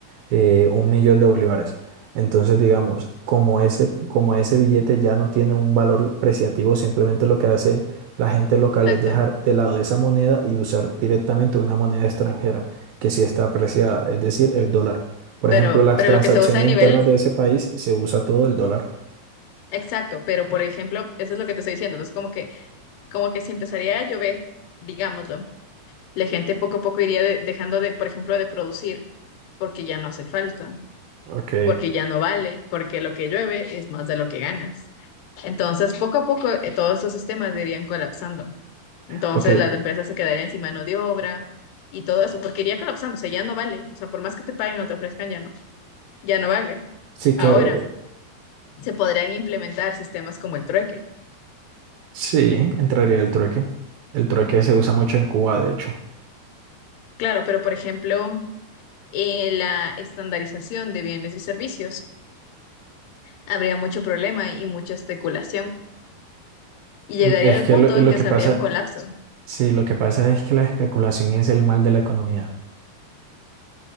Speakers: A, on the right (about 75°); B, on the left (about 85°).
A: eh, un millón de bolívares. Entonces, digamos, como ese, como ese billete ya no tiene un valor preciativo, simplemente lo que hace la gente local
B: Exacto.
A: es dejar de lado esa moneda y usar directamente una moneda extranjera que sí está apreciada, es decir, el dólar. Por
B: Pero,
A: ejemplo, las
B: pero
A: transacciones
B: lo que se usa a nivel
A: internas de ese país se usa todo el dólar.
B: exacto. Pero, por ejemplo, eso es lo que te estoy diciendo. Entonces, como que, como que si empezaría a llover, digámoslo, la gente poco a poco iría de- dejando de, por ejemplo, de producir porque ya no hace falta,
A: Ok,
B: porque ya no vale, porque lo que llueve es más de lo que ganas. Entonces, poco a poco, eh, todos estos sistemas irían colapsando. Entonces
A: ok.
B: las empresas se quedarían sin mano de obra y todo eso, porque iría colapsando, o sea, ya no vale, o sea, por más que te paguen o te ofrezcan, ya no. ya no vale.
A: Sí, claro,
B: Ahora
A: eh,
B: se podrían implementar sistemas como el trueque.
A: sí, entraría el trueque. El trueque se usa mucho en Cuba, de hecho.
B: Claro, pero por ejemplo, eh, la estandarización de bienes y servicios habría mucho problema y mucha especulación y llegaría
A: Mm, Es
B: al
A: que
B: punto
A: lo, lo
B: en que
A: que
B: se
A: pasa
B: habría un colapso.
A: Sí, lo que pasa es que la especulación es el mal de la economía.